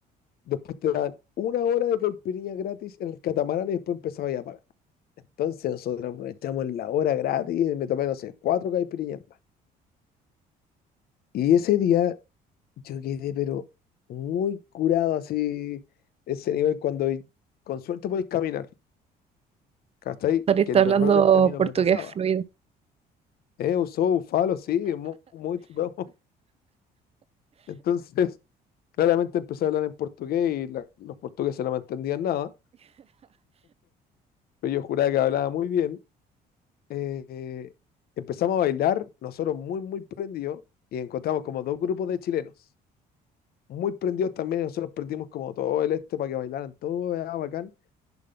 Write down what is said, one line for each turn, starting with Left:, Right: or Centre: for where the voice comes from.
Left: después te dan una hora de caipirinha gratis en el catamarán y después empezaba ya a pagar. Entonces nosotros aprovechamos la hora gratis y me tomé, no sé, cuatro caipirinhas más. Y ese día yo quedé, pero muy curado así, ese nivel cuando con suerte podéis caminar, ¿cachai?
Right: Saliste
Left: Que normalmente
Right: hablando
Left: a mí no
Right: portugués
Left: me pasaba.
Right: fluido.
Left: Eh, usó bufalo, sí, muy, muy tripado. <laughs> Entonces, claramente empecé a hablar en portugués y la- los portugueses no me entendían nada. pero yo juraba que hablaba muy bien. Eh, empezamos a bailar, nosotros muy, muy prendidos, y encontramos como dos grupos de chilenos, muy prendidos también, y nosotros prendimos como todo el este para que bailaran, todo era bacán.